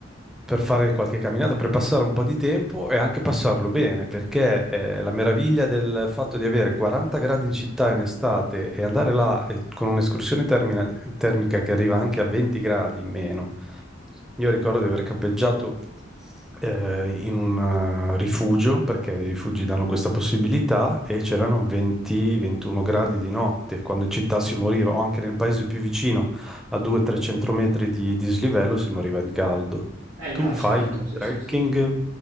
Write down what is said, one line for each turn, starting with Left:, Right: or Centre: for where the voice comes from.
Centre: per fare qualche camminata, per passare un po' di tempo e anche passarlo bene, perché eh, la meraviglia del fatto di avere 40 gradi in città in estate e andare là eh, con un'escursione termina- termica che arriva anche a 20 gradi in meno. Io ricordo di aver campeggiato eh, in un eh, rifugio, perché i rifugi danno questa possibilità, e c'erano 20-21 gradi di notte, quando in città si moriva, o anche nel paese più vicino, a 200-300 metri di dislivello si moriva di caldo.
Right: Eh
Centre: Tu
Right: no,
Centre: fai
Right: certo, sì,
Centre: trekking
Right: sì, sì.